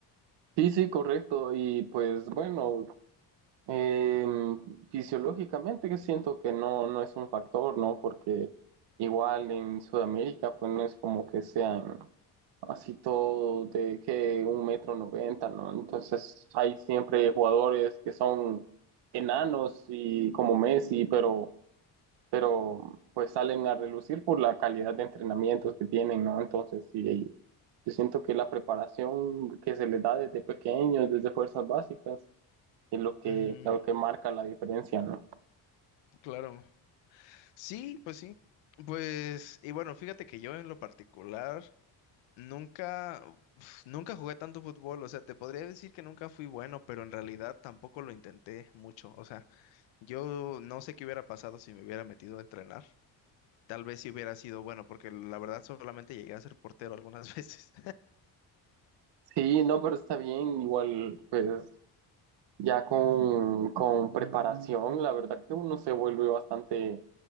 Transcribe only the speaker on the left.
Ujú,
claro. Sí, pues sí. Pues, y bueno, fíjate que yo en lo particular nunca, uf, nunca jugué tanto fútbol, o sea, te podría decir que nunca fui bueno, pero en realidad tampoco lo intenté mucho, o sea, yo no sé qué hubiera pasado si me hubiera metido a entrenar. Tal vez si hubiera sido bueno, porque la verdad solamente llegué a ser portero algunas <laughs> veces.